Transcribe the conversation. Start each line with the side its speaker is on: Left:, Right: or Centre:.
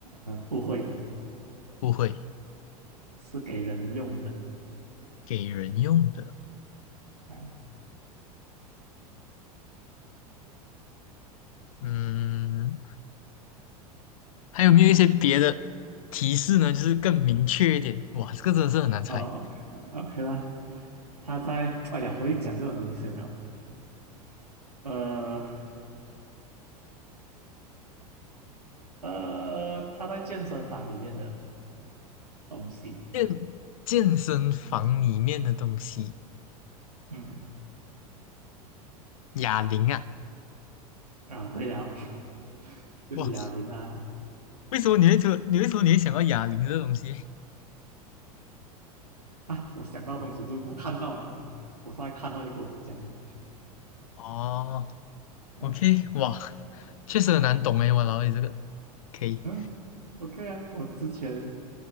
Right: 呃，不会，
Left: 不会，
Right: 是给人用的，
Left: 给人用的。
Right: 嗯、
Left: 嗯，还有没有一些别的提示呢？就是更明确一点。哇，这个真的是很难猜。
Right: 哦，OK OK 啦，他在，哎呀，我一讲就很明显了，呃呃，它在健身房里面的东西，
Left: 健健身房里面的东西，
Right: 嗯
Left: 哑铃啊，
Right: 啊，对了，<laughs> 就是哑铃啦，
Left: 哇，为什么你会说，你为什么你会想到哑铃这个东西？
Right: 啊，我想到东西就是我看到嘛，我上来看到一个我就讲了。
Left: 哦
Right: 啊
Left: ，OK，哇，确实很难懂哎，我老你这个可以，
Right: 嗯，OK 啊，我之前